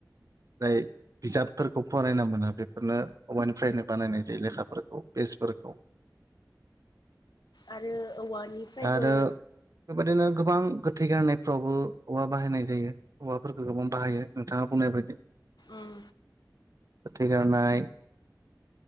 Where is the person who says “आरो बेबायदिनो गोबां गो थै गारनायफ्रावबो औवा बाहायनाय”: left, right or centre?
Right